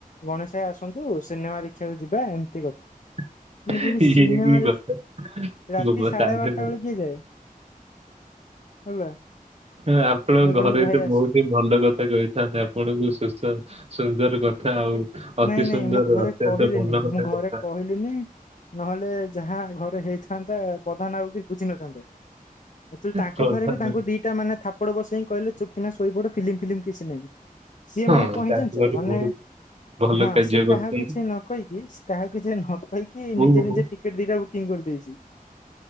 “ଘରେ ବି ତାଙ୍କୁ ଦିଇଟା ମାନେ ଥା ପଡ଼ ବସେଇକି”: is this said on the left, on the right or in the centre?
Left